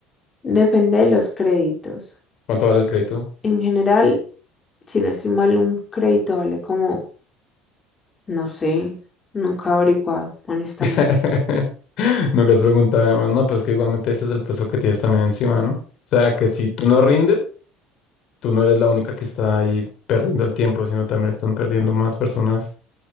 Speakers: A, on the left; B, on the left.
A: Depende de los créditos.
B: ¿Cuánto vale el crédito?
A: En general, si no estoy mal, un crédito vale como, no sé, nunca he averiguado, honestamente.
B: <laughs> Nunca has preguntado además, no, pues que igualmente ese es el peso que tienes también encima, ¿no? O sea, que si tú no rindes, tú no eres la única que está ahí perdiendo el tiempo, sino también están perdiendo más personas